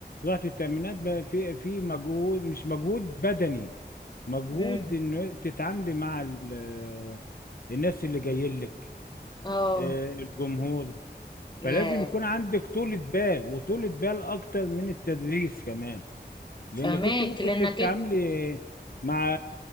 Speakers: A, on the left; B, on the left.
A: رحت التأمينات بقى في في مجهود مش مجهود بدني مجهود
B: مم.
A: انه تتعاملي مع ال- الناس اللي جايين لك
B: اه
A: آه، الجمهور فلازم
B: ياه
A: يكون عندك طولة بال وطولة بال أكتر من التدريس كمان لأنك
B: فهماك
A: أنت ممكن
B: لانك
A: تتعاملي
B: إنت
A: مع